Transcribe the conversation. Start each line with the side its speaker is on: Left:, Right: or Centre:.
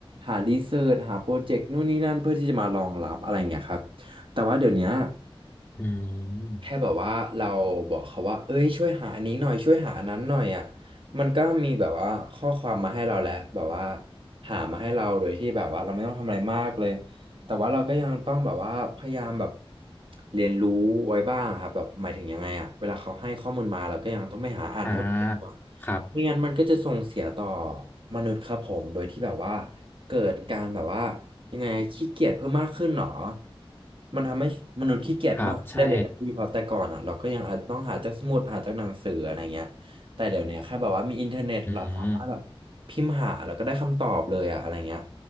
Right: หารีเสิร์ชหาโปรเจกต์นู่นนี่นั่นเพื่อที่จะมารองรับอะไรเงี้ยครับแต่ว่าเดี๋ยวเนี้ย
Left: อืม
Right: แค่แบบว่าเราบอกเขาว่าเอ้ยช่วยหาอันนี้หน่อยช่วยหาอันนั้นหน่อยอ่ะมันก็มีแบบว่าข้อความมาให้เราแล้วแบบว่าหามาให้เราโดยที่แบบว่าเราไม่ต้องทำอะไรมากเลยแต่ว่าเราก็ยังต้องแบบว่าพยายามแบบเรียนรู้ไว้บ้างครับแบบหมายถึงยังไงอ่ะเวลาเขาให้ข้อมูลมาเราก็ยังต้องไปหาอ่านเพิ่มเติมอะ
Left: อ่าครับ
Right: ไม่งั้นมันก็จะส่งเสียต่อมนุษย์ครับผมโดยที่แบบว่าเกิดการแบบว่ายังไงขี้เกียจเพิ่มมากขึ้นหรอมันทำให้มนุษย์ขี้เกียจมากขึ้นได้เลยนะพี่เพราะแต่ก่อนอ่ะเราก็ยังอาจต้องหาจากสมุดหาจากหนังสืออะไรเงี้ยแต่เดี๋ยวเนี้ยแค่แบบว่ามีอินเทอร์เน็ตเราสามารถแบบพิมพ์หาแล้วก็ได้คำตอบเลยอะอะไรเงี้ย
Left: ครับใช่อืม